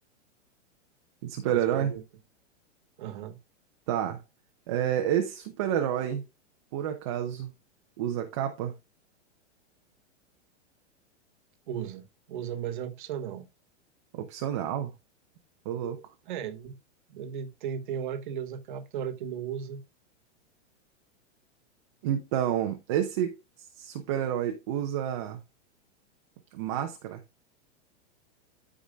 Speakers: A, on the right; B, on the right.
A: De Super-herói?
B: faz pergunta. Aham.
A: Tá. É, esse super-herói, por acaso, usa capa?
B: Usa. Usa, mas é opcional.
A: Opcional. Ô, louco.
B: É, ele, ele tem, tem hora que ele usa capa, tem hora que não usa.
A: Então, esse super-herói usa máscara?